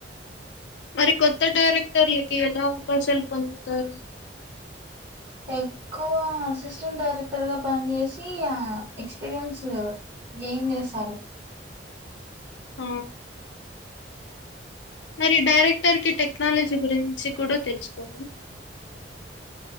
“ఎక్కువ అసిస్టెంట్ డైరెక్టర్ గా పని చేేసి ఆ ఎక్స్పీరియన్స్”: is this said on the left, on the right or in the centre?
Right